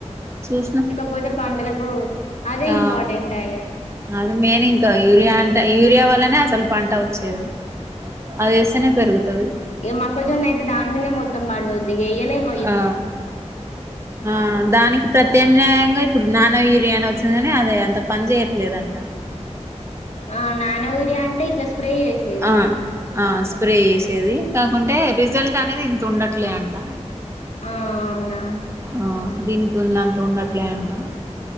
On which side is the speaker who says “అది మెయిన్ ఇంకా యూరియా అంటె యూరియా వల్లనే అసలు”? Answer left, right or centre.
Right